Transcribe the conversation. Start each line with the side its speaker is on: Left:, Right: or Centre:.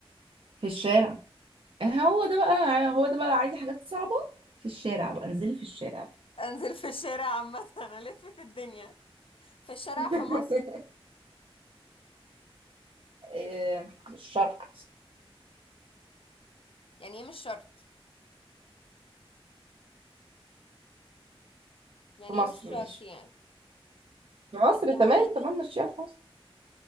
Right: في الشارع آه، هو ده بقى هو ده بقى عايزه حاجات صعبه في الشارع بقى انزلي في الشارع
Left: انزل في الشارع عامه <laughs> انا الف في الدنيا في الشارع في
Right: <laughs>
Left: مصر
Right: إيه، في الشرق
Left: يعني ايه مش شرط يعني
Right: في مصر
Left: ايه مش شرط
Right: ماشي
Left: يعني
Right: في مصر
Left: بتسوحيني
Right: تمام تمام ماشية في مصر